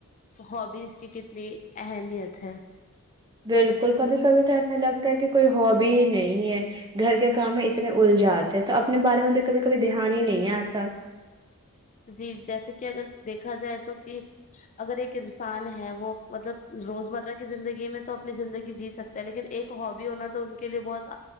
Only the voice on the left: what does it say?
ہابیز کی کتنی اہمیت ہے
جی جیسے کہ اگر دیکھا جائے تو کہ اگر ایک انسان ہے وہ مطلب روز مرہ کی زندگی میں تو اپنی زندگی جی سکتا ہے لیکن ایک ہابی ہونا تو ان کے لیے بہت